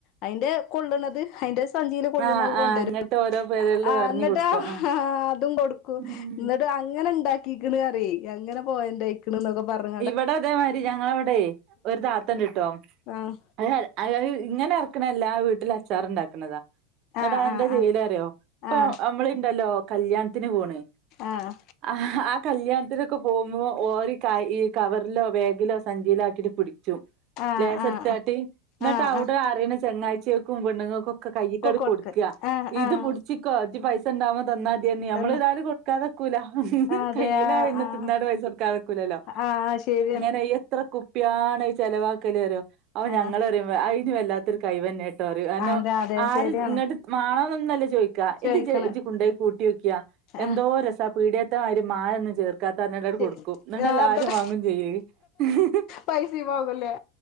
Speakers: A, on the left (about 50°); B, on the right (about 45°).
A: അയിന്റെ കൊള്ളണത് ഹയ്ന്റെ സഞ്ചിയില് കൊളള്ണത്
B: ആഹ്
A: അത് കൊണ്ടൊരും
B: ആഹ് അങ്ങട്ട് ഓരോ പേരുകളില്
A: ആഹ്
B: പറഞ്ഞു
A: ഇന്നട്ട്
B: കൊടുക്കും ആ
A: അതും കൊടുക്കും
B: ഉം
A: ഇന്നട്ടും അങ്ങനെ ഇണ്ടാ ക്കക്ക്ണ് പർയേ അങ്ങനെ പോയന്റായ് ക്ക്ണ് ന്നൊക്കെ പർഞ്
B: ഇവടെ ഇതേമായിരി ഞങ്ങളവെടെ ഒരു താത്ത ണ്ട് ട്ടോ.
A: ആഹ്
B: അത് ത് ഇങ്ങനെ എർക്കണല്ലാ. വീട്ടിലച്ചാറ് ഉണ്ടാക്ക്ണതാ. ഇന്നട്ട്
A: ആഹ്
B: അതെന്താ ചെയ്യല്
A: ആഹ്
B: അറിയോ, ഇപ്പൊ
A: ആഹ്
B: നമ്മള് ഇണ്ടല്ലോ കല്യാണത്തിന് പോണ്.
A: ആഹ്
B: അഹ്. ആ കല്യാണത്തിനൊക്കെ പോകുമ്പോ ഓര് കയ് കവറിലോ, ബേഗിലോ, സഞ്ചിയിലോ ആക്കിട്ട് പിടിച്ചും.
A: ആഹ്
B: ലേസട്
A: ആഹ്
B: ട്ടാട്ടി ഇന്നട്ട്
A: ആഹ് ആഹ്
B: അവ്ടെ
A: ആഹ്
B: അറിണ ചങ്ങായ് ച്ച്യേക്കും, പെണ്ണുങ്ങക്കും ഒക്കെ കയ്യ് ക്കാട്
A: കൊടുക്ക്
B: കൊടുക്കാ.
A: ആഹ്
B: ഇത്
A: ആഹ്
B: പുടിച്ചി ക്കൊ ഇജ്ജ് പൈസ ണ്ടാവുമ്പം തന്നാ മതിയർഞ്, നമ്മള്
A: തന്ന്
B: എതാലും കൊടുക്കാതെ ക്കൂല.
A: അതെ
B: കയ്യിലായാ
A: ആഹ്
B: പിന്നെ
A: ആഹ്
B: തിന്നാതെ പൈസ കൊടുക്കാതെക്കൂലല്ലോ.
A: ആഹ് ശരിയാണ്
B: അയ് എത്ര കുപ്പ്യാണത് ചെലവാക്കല് അറ്യോ. അപ്പം
A: ആഹ്
B: ഞങ്ങൾ പറിം. അയ്നു വല്ലാത്തൊരു കയ് വെന്നേ ട്ടോ റിം. കാര്ണം
A: അതെ അതെ
B: ആരും
A: ശരിയാണ്
B: ഇങ്ങട്ട് മാണോന്നൊന്നും അല്ല ചോയിക്കാ,
A: ചോയിക്കണ്
B: ഇത് ഇജ്ജ് ജ്ജ് കൊണ്ടോയി കൂട്ട്യോക്കിയാ എന്തോര്
A: ആഹ്
B: രസാ. പീട്യേത്ത മായിരി മായൊന്നും ചേർക്കാത്താ പർഞ്ഞാണ്ടാണ്ട്
A: ശരി
B: കൊടുക്കും. ഇന്നട്ടെല്ലാ
A: എന്നിട്ട്
B: രും വാങ്ങും ചെയ്യും അത്.
A: പൈസയും പോകല്ലേ